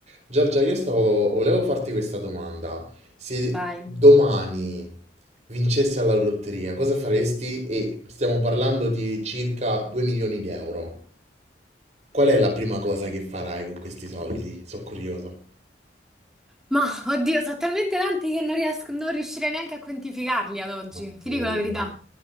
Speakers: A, on the right; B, in the centre.
A: Giorgia, io stavo, volevo farti questa domanda. Se
B: Vai.
A: domani vincessi alla lotteria, cosa faresti? E stiamo parlando di circa 2 milioni di euro. Qual è la prima cosa che farai con questi soldi? Sono curioso.
B: Ma oddio, sono talmente tanti che non riesco, non riuscirei neanche a quantificarli ad oggi,
A: Ma sì,
B: ti dico la verità.